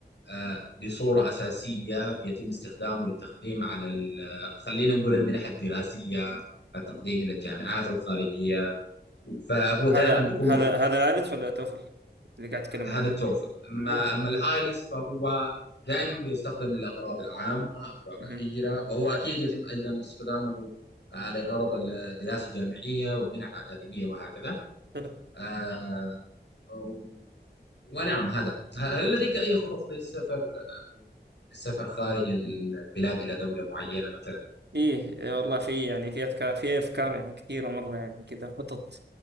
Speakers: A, on the left; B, on the right.
A: آه، بصورة أساسية بيتم استخدامه للتقديم على ال- آه، خلينا نقول المنح الدراسية التقديم إلى الجامعات الخارجية فهو دائما
B: هذا
A: بيكون
B: هذا
A: مرتبط
B: هذا العالج ولا طفل اللي قاعد اتكلم
A: بهذا
B: عنه
A: التورفل اما
B: اه
A: اما الايلس فهو دائما بيستخدم للاغراض العامه اغراض
B: مهم.
A: الهجره وهو اكيد يتم ايضا استخدامه آه، لغرض الدراسه الجامعيه والمنح الاكاديميه وهكذا
B: حلو
A: آه، و- ونعم هذا هل لديك اي خطط للسفر للسفر خارج البلاد الى دوله معينه مثلا
B: ايه إيه والله في يعني في افكار في افكار يعني كثيره مره يعني كذا خطط